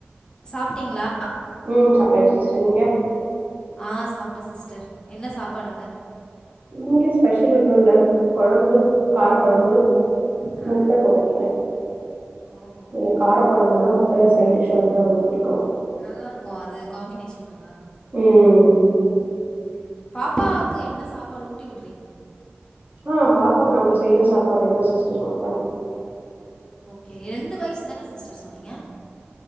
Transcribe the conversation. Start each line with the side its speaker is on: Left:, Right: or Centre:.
Left: சாப்பிட்டீங்களா
Right: உம் சாப்பிட்டாச்சுங் சிஸ்டர் நீங்க
Left: ஆஹ் சாப்பிட்ட சிஸ்டர் என்ன சாப்பாடு அங்க
Right: இங்க ஸ்பெஷல் ஒன்னு இல்ல கொழம்பு கார குழம்பு
Left: ம் ஆ
Right: முட்ட போட்டுருக்க
Left: ஓஹோ
Right: எனக்கு கார கொழம்புனா முட் ட சைடிஷா இருந்தா ரொம்ப புடிக்
Left: நல்லா இருக்கு அது காமினேஷன் நல்லா இருக்கு
Right: ம்
Left: உம் பாப்பாக்கு என்ன சாப்பாடு ஊட்டி விட்டு
Right: ஆஹ் பாப்பாக்கு நம்ப செய்யற சாப்பாடு ஏதாவது <unintelligible> கொடுத்தேன் <unintelligible>
Left: கே ரெண்டு வயசு தானே சிஸ்டர் சொன்னீங்க